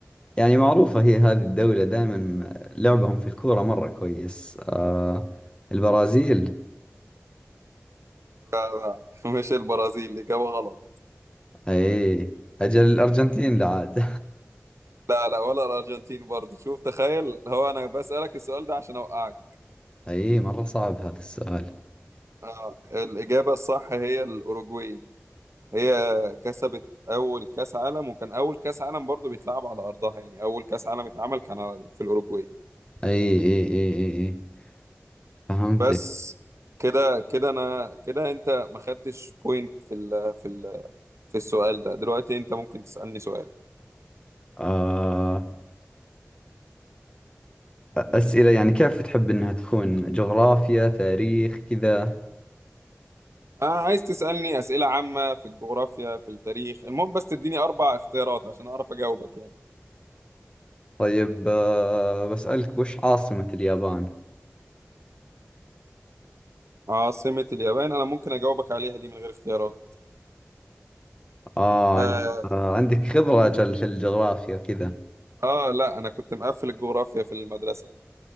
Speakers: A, on the left; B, on the right.
A: يعني معروفة هي هذه الدولة دائما لعبهم في الكورة مرة كويس آه البرازيل
B: لا لا <laughs> مش البرازيل إجابة غلط
A: اي اجل الارجنتين لا عاد
B: لا لا ولا الأرجنتين برضه شوف تخيل هو أنا بسألك السؤال ده عشان أوقعك
A: <laughs> اي مرة صعب هذا السؤال
B: آه الإجابة الصح هي الأوروجواي هي كسبت اول كاس عالم وكان اول كاس عالم برضو بيتلعب على ارضها يعني اول كاس عالم اتعمل كان على- في الاوروجواي
A: اي اي اي اي, أي. فهمتك
B: بس كده كده انا كده انت ما خدتش بوينت في ال في ال في السؤال ده دلوقتي انت ممكن تسالني سؤال
A: آه اسئلة يعني كيف تحب انها تكون جغرافيا تاريخ كذا
B: انا عايز تسالني اسئله عامه في الجغرافيا في التاريخ المهم بس تديني اربع اختيارات عشان اعرف اجاوبك يعني
A: طيب آه بسألك وش عاصمة اليابان
B: عاصمة اليابان انا ممكن اجاوبك عليها دي من غير اختيارات
A: اه
B: آه,
A: انت آه عندك خبرة اجل في الجغرافيا كذا
B: اه لا انا كنت مقفل الجغرافيا في المدرسة